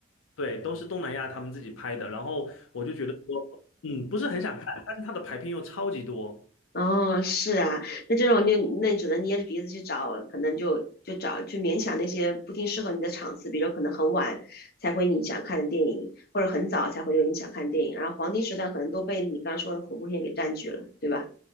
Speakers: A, on the left; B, on the left.
A: 对，都是东南亚他们自己拍的，然后我就觉得说，嗯，不是很想看，但是它的排片又超级多，
B: 哦，是啊，那这种就那你只能捏着鼻子去找，可能就就找就勉强那些不定适合你的场次，比如可能很晚才会你想看的电影，或者很早才会有你想看的电影，然后黄金时段可能都被你刚刚说的恐怖片给占据了，对吧？